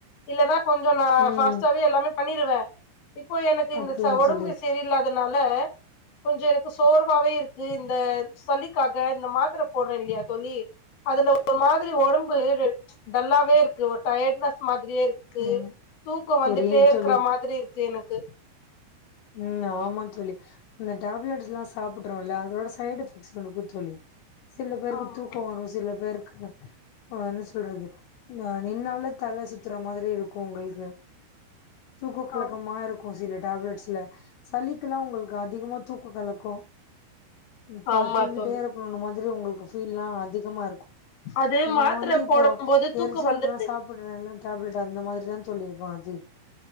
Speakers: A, on the left; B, on the left.
A: இல்லன்னா கொஞ்சோ நா
B: ம்
A: ஃபாஸ்ட்டாவே எல்லாமே பண்ணிருவே இப்ப எனக்கு
B: அப்படியா
A: இந்த ச ஒடம்
B: தோழி
A: செரில்லாதனால கொஞ்ச எனக்கு சோர்வாவே இருக்கு இந்த சளிக்காக இந்த மாத்தர போட்றே இல்லியா தோழி அதுல ஒரு மாதிரி ஒடம்பு டல்லாவே இருக்கு ஒரு டயட்னஸ் மாதிரியே இருக் கு
B: ம்
A: தூக்கோ வந்துட்டே
B: புரியுது
A: இருக்கற
B: தோழி
A: மாதிரி இருக்கு எனக்கு
B: ம் ஆமா தோழி இந்த டேப்லெட்ஸுல்லா சாப்புட்றோல்ல அதோட சைட் எஃபெக்ட்ஸ் இருக்கு தோழி சில பேருக்கு
A: ஆம்
B: தூக் கோ வரு சில பேருக்கு அ என்ன சொல்றது அ நின்னாலே தல சுத்துற மாதிரி இருக்கு உங்கள்க்கு தூக்க கலக்கமா
A: ஆம்.
B: இருக்கு சில டேப்லெட்ஸ் ல சளிக்கில்லா உங்கள்க்கு அதிகமா தூக்க கலக்கோ ப் பாரு
A: ஆமா
B: தூங்கிட்டே
A: தோழி
B: இரு க்கோணு மாதிரி உங்கள்க்கு ஃபீல்லா அதிகமா இருக்கு
A: அது மாத்திர
B: நா வந்து இப்போ
A: போடும் போது தூக்கோ
B: எரிச்சலுக்குலா
A: வந்துருது
B: சாப் பட்றல்ல டேப்லெட் அந்த மாதிரி தா தோழி இருக்கு அது